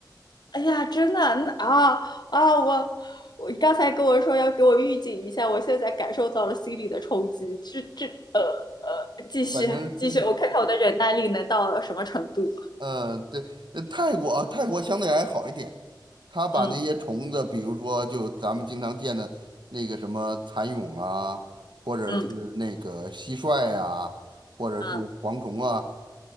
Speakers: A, on the left (about 65°); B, on the right (about 85°).
A: 哎呀，真的，那啊啊，我我刚才跟我说要给我预警一下，我现在感受到了心理的冲击。这这呃呃，继续继续，
B: 反正是，
A: 我看看我的忍耐力能到什么程度。
B: 嗯、对，呃泰国啊，泰国相对还好一点，他把那些虫子，
A: 嗯
B: 比如说就咱们经常见的那个什么蚕蛹啊，或者是那个蟋蟀啊，
A: 嗯
B: 或者是蝗虫啊，
A: 嗯